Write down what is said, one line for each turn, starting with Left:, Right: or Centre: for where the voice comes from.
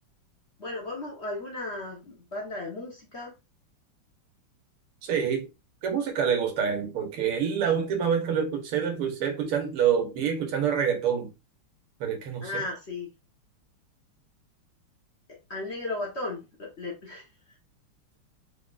Left: Bueno, podemos alguna banda de música.
Right: Sí, ¿qué música le gusta a él? Porque él, la última vez que lo escuché, lo escuché escuchando, lo vi escuchando reggaetón, pero es que no
Left: Ah,
Right: sé,
Left: sí. Al negro guatón. lo- le- <laughs>